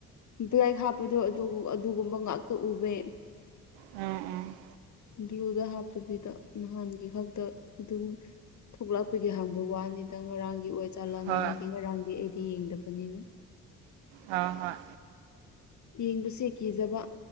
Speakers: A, on the left (about 40°); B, on the right (about 75°).
A: ꯂꯥꯏ ꯍꯥꯞꯄꯗꯣ ꯑꯗꯨꯒꯨꯝꯕ ꯉꯥꯛꯇ ꯎꯕ
B: ꯎꯝ ꯎꯝ
A: ꯕ꯭ꯂꯨꯗ ꯍꯥꯞꯇꯕꯤꯗ ꯅꯍꯥꯟꯒꯤ ꯈꯛꯇ ꯑꯗꯨꯝ ꯊꯣꯛꯂꯛꯄꯒꯤ ꯍꯪꯕ ꯋꯥꯅꯤꯗ ꯉꯔꯥꯡꯒꯤ ꯑꯣꯏꯖꯥꯂꯥꯅ
B: ꯍꯣꯏ
A: ꯍꯥꯏꯗꯤ ꯉꯔꯥꯡꯗꯤ ꯑꯩꯗꯤ ꯌꯦꯡꯗꯕꯅꯤꯅ
B: ꯍ ꯍꯣꯏ
A: ꯌꯦꯡꯕꯁꯦ ꯀꯤꯖꯕ